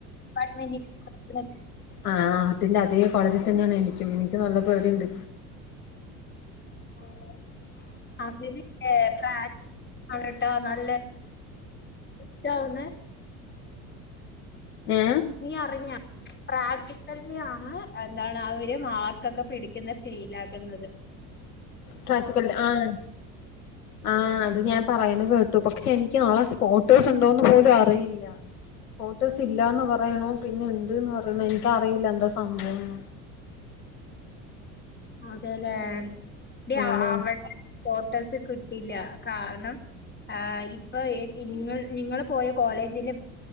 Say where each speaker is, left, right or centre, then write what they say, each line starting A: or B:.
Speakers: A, on the left; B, on the left.
A: ഡിപ്പാർട്ട് മെന്റ് <unintelligible>
B: ആഹ് ആഹ് അത്തിന്റെ അതേ കോളേജി തന്നെയാണ് എനിക്കും എനിക്ക് നല്ല പേടിണ്ട്
A: ആണോ അവര് ഏ പ്രാ ആണ് ട്ടോ നല്ലെ പ്പഴാ വന്നേ
B: ഏഹ്
A: നിയറിഞ്ഞാ പ്രാക്ടിക്കൽനിയാണ് എന്താണ് അവര് മാർക്കൊക്കെ പിടിക്ക്‌ന്ന് ഫെയ്ലാക്ക്‌ന്നത്
B: പ്രാക്റ്റിക്കൽ ആണ് ആഹ് അത് ഞാൻ പറയ്ന്ന് കേട്ടു പക്ഷെ എനിക്ക് നാളെ സ്പോർട്ടേഴ്സ് ഇണ്ടോന്ന് പോലും അറിയില്ല സ്പോർട്ടേയ്സ് ഇല്ലാന്ന് പറയ്ണു പിന്നെ ഇണ്ട്ന്ന് പറയ്ണ് എനിക്കറിയില്ല എന്താ സംഭവൊന്നും
A: അതേലെ ടി അവ്
B: നാളെ
A: അവടെ സ്പോട്ടേഴ്സ് കിട്ടില്ല കാരണം എഹ് ഇപ്പൊ ഇങ്ങൾ നിങ്ങള് പോയ കോളേജിലും